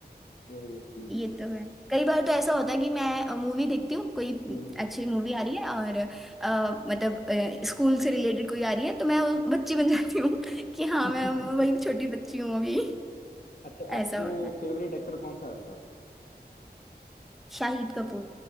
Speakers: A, on the left; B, in the centre.
A: वही वही
B: ये तो है कई बार तो ऐसा होता है कि मैं मूवी देखती हूँ कोई
A: हम्म
B: अच्छी मूवी आ रही है और अ, मतलब स्कूल से रिलेटेड कोई आ रही है तो मैं उस बच्ची बन जाती हूँ <laughs> कि हाँ
A: <laughs>
B: मैं वही छोटी बच्ची हूँ अभी
A: अच्छा
B: ऐसा
A: आपको
B: होता है
A: फेवरेट एक्टर कौन सा है आपका
B: शाहिद कपूर